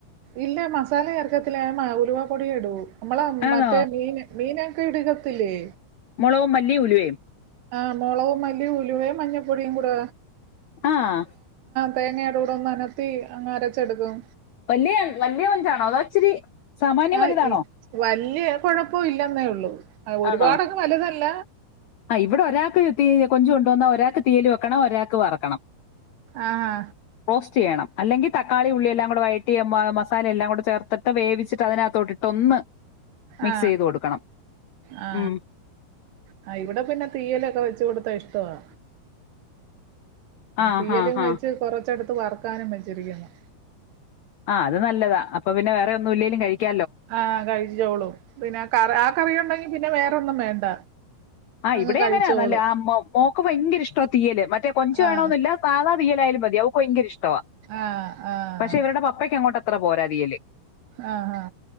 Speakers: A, on the right; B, on the left.
A: ഇല്ല മസാല ചേർക്കത്തില്ല ഞാ ഉലുവ പൊടി ഇടൂ നമ്മള
B: ആണോ
A: മറ്റേ മീൻ മീന് കിടുകത്തില്ലേ?
B: മുളവും മല്ലി ഉലുവയും
A: ആ മുളകും മല്ലി ഉലുവയും മഞ്ഞപ്പൊടിയും കൂടെ
B: ആഹ്
A: തേങ്ങയുടെ കൂടെന്ന് നനത്തി അങ്ങ അരച്ചെടുക്കും
B: വലിയ വലിയ കൊഞ്ചാണോ അതോ ഇച്ചിരി സാമാന്യം
A: ആഹ
B: വലുതാണോ
A: വലിയ കൊഴപ്പോ ഇല്ലെന്നേ ഉള്ളു ഒരുപാടങ്ങു
B: ആണോ
A: വലുതല്ല.
B: ആ ഇവിടെ ഒരാൾക്ക് തീ കൊഞ്ച് കൊണ്ട വന്നാ ഒരാൾക്ക് തീയൽ വെക്കണം ഒരാൾക്ക് വറക്കണം
A: ആഹ്
B: റോസ്റ്റ് ചെയണം അല്ലെങ്കിൽ ത - തക്കാളി ഉള്ളിയെല്ലാം കൂടെ വയറ്റി മസാല എല്ലാം കൂടെ ചേർത്തിട്ട് വേവിച്ചട്ട് തിനകത്തോട്ടിട്ട് ഒന്ന് മിക്സ്
A: ആ
B: ചെയ്ത് കൊടുക്കണം
A: ആ
B: ഉം
A: ആ ഇവിടെ പിന്നെ തീയലൊക്കെ വെച്ച് കൊടുത്താ ഇഷ്ടവാ
B: ആ
A: തീയലും
B: ഹാ ഹാ
A: വെച്ച് കൊറച്ചത്ത് വറക്കാനും ചെറിയതാ
B: ആ അത് നല്ലതാ അപ്പൊ പിന്നെ വേറെ ഒന്നും ഇല്ലെലും കഴിക്ക
A: ആ കഴിച്ചോളും പിന്നെ ക ആ കറിയുണ്ടെങ്കി പിന്നെ വേറെന്നും വേണ്ട
B: ആ
A: അങ്ങ്
B: ഇവിടെ
A: കഴിച്ചോളും
B: അങ്ങനെയാ ആ മോക്ക് ഭയങ്കര ഇഷ്ട തീയല് മറ്റേ കൊഞ്ച്
A: ആഹ്
B: വേണമന്നില്ല സാധാ- തീയലായാലും മതി അവക്ക് ഭയങ്കര ഇഷ്ടവ
A: ആഹ് ആഹ്
B: പക്ഷെ ഇവരുടെ പപ്പയ്ക്ക് അങ്ങോട്ട് അത്ര പോരാ തിയല്
A: ആഹ്